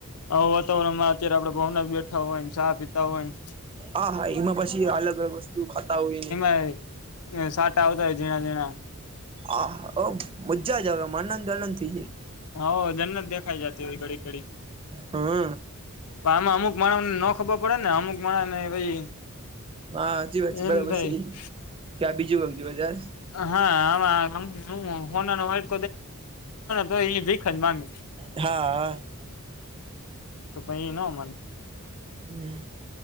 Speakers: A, on the left (about 85°); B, on the right (about 25°).
A: હ વાતાવરણમાં અત્યારે આપડે ભાવના બેઠા હોય ને ચા પીતા હોય ને
B: હા હા એમાં પછી અલગ અલગ વસ્તુ ખાતા હોય
A: હ સાટા આવ તો જીણા દેણા
B: આા મજા જાવ આમાં આનંદ આનંદ થઇ જાય
A: હ જન જ દેખાયાઈ જ હો ઘડી કડી
B: હમ
A: પણ આમાં અમુક માણને ન ખબર પડે ને અમુક માણ ને ભાઈ
B: હા સાચી વાત છે
A: એમ
B: બરાબર
A: થાય
B: છે કે્યાં બીજું વું બજાર
A: હા આ હોના વાટ તો એ ભીખ જગ
B: હા
A: તો પ ન મન
B: હમ